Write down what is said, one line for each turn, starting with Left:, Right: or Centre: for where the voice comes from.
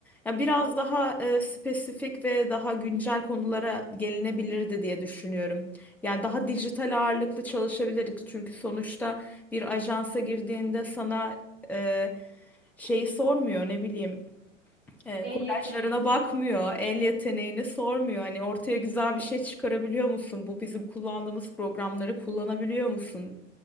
Centre: Ya biraz daha e, spesifik ve daha güncel konulara gelinebilirdi diye düşünüyorum. Yani daha dijital ağırlıklı çalışabilirdik. Çünkü sonuçta bir ajansa girdiğinde sana e, şeyi sormuyor ne bileyim e,
Right: El
Centre: kolajlarına
Right: yeteneğini sormuyor.
Centre: bakmıyor, el yeteneğini sormuyor. Hani ortaya güzel bir şey çıkarabiliyor musun? Bu bizim kullandığımız programları kullanabiliyor musun?